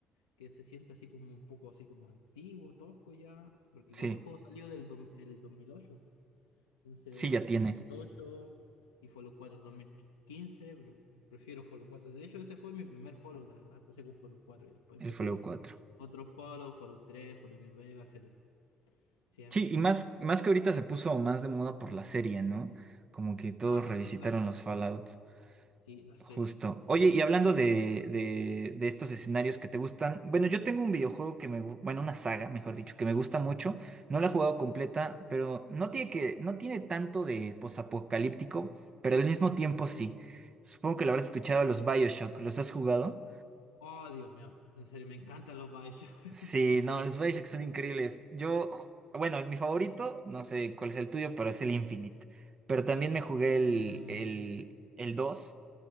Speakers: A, on the left; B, on the right.
A: que se siente así como un poco así como antiguo, tosco ya, porque
B: Sí.
A: igual el juego salió del dom- el 2008. Entonces,
B: Sí, ya
A: 2008
B: tiene
A: y Follow 4 2015, pero prefiero Follow cuatro De hecho, ese fue mi primer Follow, la verdad. Empecé con Follow cuatro y después
B: el
A: empecé
B: Fallout
A: con
B: cuatro.
A: otro Follow, Follow tres Follow New Vegas, etcétera. Sí, amigo.
B: Sí, y más, más que ahorita se puso más de moda por la serie, ¿no? Como que todos
A: Ah,
B: revisitaron
A: exacto.
B: los Fallouts.
A: Sí, la serie.
B: Justo. Oye, y hablando de, de, de estos escenarios que te gustan, bueno, yo tengo un videojuego que me, gu- bueno, una saga, mejor dicho, que me gusta mucho. No la he jugado completa, pero no tiene que, no tiene tanto de posapocalíptico, pero al mismo tiempo sí. Supongo que lo habrás escuchado, los BioShock. ¿Los has jugado?
A: Oh, Dios mío. En serio, me encantan los Bioshock. <laughs>
B: Sí,
A: En
B: no,
A: serio.
B: los BioShock son increíbles. Yo, bueno, mi favorito, no sé cuál es el tuyo, pero es el Infinite. Pero también me jugué el,
A: Mm,
B: el, el dos